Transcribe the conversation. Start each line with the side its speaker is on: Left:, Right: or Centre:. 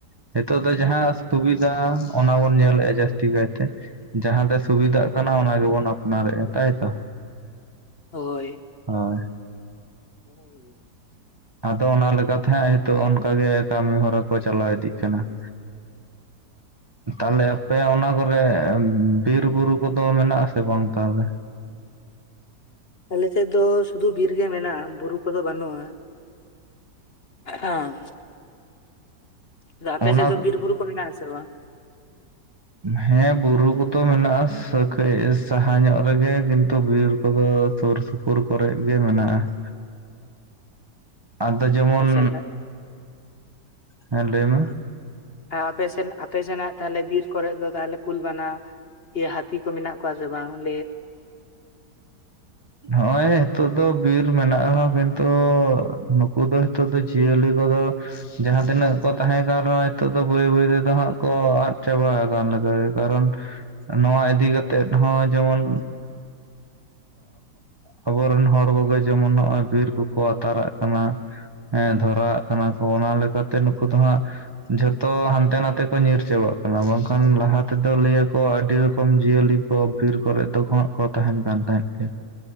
Right: ᱱᱤᱛᱚᱜ ᱫᱚ ᱡᱟᱦᱟᱸ ᱥᱩᱵᱤᱫᱷᱟ ᱚᱱᱟ ᱵᱚᱱ ᱧᱮᱞ ᱮ-ᱟ ᱾ ᱡᱟᱹᱥᱛᱤ ᱠᱟᱭᱛᱮ ᱡᱟᱦᱟᱸᱛᱮ ᱥᱩᱵᱤᱫᱷᱟᱜ ᱠᱟᱱᱟ ᱚᱱᱟ ᱜᱮᱵᱚᱱ ᱟᱯᱱᱟᱨᱮᱟ ᱛᱟᱭᱛᱚ᱾
Left: ᱦᱳᱭ ᱾
Right: ᱦᱳᱭ᱾
Left: <unintelligible>
Right: ᱟᱫᱚ ᱚᱱᱟ ᱞᱮᱠᱟᱛᱮ ᱦᱟᱸᱜ ᱱᱤᱛᱚᱜ ᱚᱱᱠᱟ ᱜᱮ ᱠᱟᱹᱢᱤ ᱦᱚᱨᱟ ᱠᱚ ᱪᱟᱞᱟᱣ ᱤᱫᱤᱜ ᱠᱟᱱᱟ ᱾
Left: <unintelligible>
Right: ᱛᱟᱦᱚᱞᱮ ᱟᱯᱮᱭᱟᱜ ᱚᱱᱟ ᱠᱚᱨᱮ ᱵᱤᱨ ᱵᱩᱨᱩ ᱠᱚᱫᱚ ᱢᱮᱱᱟᱜ ᱟᱥᱮ ᱵᱟᱝ ᱛᱟᱦᱚᱞᱮ?
Left: ᱟᱞᱮ ᱥᱮᱫ ᱫᱚ ᱥᱩᱫᱩ ᱵᱤᱨ ᱜᱮ ᱢᱮᱱᱟᱜ-ᱟ ᱵᱩᱨᱩ ᱠᱚᱫᱚ ᱵᱟᱹᱱᱩᱜ-ᱟ᱾ <unintelligible> ᱟᱫᱚ ᱟᱯᱮ
Right: ᱚᱱᱟ
Left: ᱥᱮᱫ ᱫᱚ ᱵᱤᱨ ᱵᱩᱨᱩ ᱠᱚ ᱢᱮᱱᱟᱜ ᱟᱥᱮ ᱵᱟᱝ?
Right: ᱦᱮᱸ ᱵᱩᱨᱩ ᱠᱚᱫᱚ ᱢᱮᱱᱟᱜ-ᱟ ᱥᱟᱹᱠᱟᱹᱭ ᱥᱟᱦᱟ ᱧᱚᱜ ᱨᱮᱜᱮ ᱠᱤᱱᱛᱩ ᱵᱤᱨ ᱠᱚᱫᱚ ᱥᱩᱨ ᱥᱩᱯᱩᱨ ᱠᱚᱨᱮ ᱜᱮ ᱢᱮᱱᱟᱜ-ᱟ ᱾
Left: <unintelligible>
Right: ᱟᱫᱚ ᱡᱮᱢᱚᱱ
Left: ᱟᱪᱪᱷᱟ
Right: ᱦᱮᱸ ᱞᱟᱹᱭ ᱢᱮ
Left: ᱟᱯᱮ ᱥᱮᱱ ᱟᱯᱮ ᱥᱮᱱᱟᱜ ᱛᱟᱦᱚᱞᱮ ᱵᱤᱨ ᱠᱚᱨᱮ ᱫᱚ ᱛᱟᱦᱚᱞᱮ ᱠᱩᱞ ᱵᱟᱱᱟ ᱤᱭᱟᱹ ᱦᱟᱹᱛᱦᱤ ᱠᱚ ᱢᱮᱱᱟᱜ ᱠᱚᱣᱟ ᱥᱮ ᱵᱟᱝ <inaudible>
Right: ᱱᱚᱜ-ᱚᱭ ᱱᱤᱛᱚᱜ ᱫᱚ ᱵᱤᱨ ᱢᱮᱱᱟᱜ ᱨᱮᱦᱚᱸ ᱠᱤᱱᱛᱩ ᱱᱩᱠᱩ ᱫᱚ ᱱᱤᱛᱚᱜ ᱫᱚ ᱡᱷᱤᱭᱟᱹᱞᱤ ᱠᱚᱫᱚ ᱡᱟᱦᱟᱸ ᱛᱤᱱᱟᱹᱜ ᱠᱚ ᱛᱟᱦᱮᱸ ᱠᱟᱱ ᱨᱮᱦᱚᱸ ᱱᱤᱛᱚᱜ ᱫᱚ ᱵᱟᱹᱭ ᱵᱟᱹᱭ ᱛᱮᱫᱚ ᱦᱟᱸᱜ ᱠᱚ ᱟᱫ ᱪᱟᱵᱟ ᱟᱠᱟᱱ ᱞᱮᱠᱟᱜᱮ ᱠᱟᱨᱚᱱ ᱱᱚᱣᱟ ᱤᱫᱤ ᱠᱟᱛᱮᱜ ᱦᱚᱸ ᱡᱮᱢᱚᱱ ᱟᱵᱚᱨᱮᱱ ᱦᱚᱲ ᱠᱚᱜᱮ ᱡᱮᱢᱚᱱ ᱱᱚᱜ-ᱚᱭ ᱵᱤᱨ ᱠᱚᱠᱚ ᱟᱛᱟᱨᱟᱜ ᱠᱟᱱᱟ᱾ ᱦᱮᱸ ᱫᱷᱚᱨᱟᱣᱟᱜ ᱠᱟᱱᱟ ᱠᱚ ᱚᱱᱟ ᱞᱮᱠᱟᱛᱮ ᱱᱩᱠᱩ ᱫᱚ ᱦᱟᱸᱜ ᱡᱷᱚᱛᱚ ᱦᱟᱱᱛᱮ ᱱᱟᱛᱮ ᱠᱚ ᱧᱤᱨ ᱪᱟᱵᱟᱜ ᱠᱟᱱᱟ ᱵᱟᱝᱠᱷᱟᱱ ᱞᱟᱦᱟ ᱛᱮᱫᱚ ᱞᱟᱹᱭ ᱟᱠᱚ ᱟᱹᱰᱤ ᱨᱚᱠᱚᱢ ᱠᱚᱢ ᱡᱤᱭᱟᱹᱞᱤ ᱠᱚ ᱵᱤᱨ ᱠᱚᱨᱮ ᱫᱚ ᱦᱟᱸᱜ ᱠᱚ ᱛᱟᱦᱮᱱᱟ᱾ ᱛᱟᱦᱮᱸᱫ ᱜᱮ,